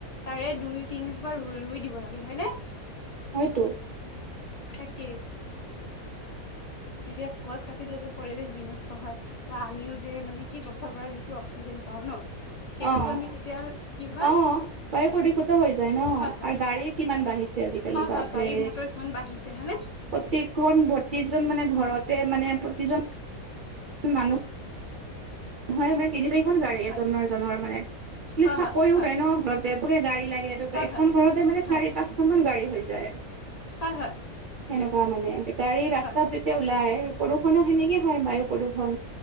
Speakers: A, on the left; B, on the right.
A: তাৰে দুই তিনিজোপা ৰুই ৰুই দিব লাগে হয়নে
B: হয়তো
A: তাকেই এতিয়া গছ কাটিলে যে পৰিৱেশ বিনষ্ট হয় বা আমিও যে মানে কি গছৰ পৰা যিটো অক্সিজেন পাওঁ ন সেইটোতো
B: অ'
A: আমি তেতিয়া কি হয়
B: অ' বায়ু প্ৰদূষিত হৈ যায় ন
A: হয় হয়
B: আৰু গাড়ী কিমান বাঢ়িছে আজিকালি
A: হয়
B: বাপৰে
A: হয় গাড়ী মটৰ কিমান বাঢ়িছে হয়নে
B: প্ৰতিখন প্ৰতিজন মানে ঘৰতে মানে প্ৰতিজন মানুহ নহয় মানে তিনি চাৰিখন গাড়ী
A: হয়
B: এজনৰ এজনৰ মানে খালি
A: হয়
B: চাকৰিও
A: হয় হয়
B: কৰে ন ঘৰতে <unintelligible> গাড়ী লাগে এটো
A: হয়
B: এখন ঘৰতে মানে চাৰি
A: হয়
B: পাঁচখন মান গাড়ী হৈ যায় <inaudible>
A: হয় হয়
B: সেনেকুৱা মানে গাড়ী ৰাস্তাত
A: হয়
B: যেতিয়া ওলাই প্ৰদূষণো সেনেকে হয় বায়ু প্ৰদূষণ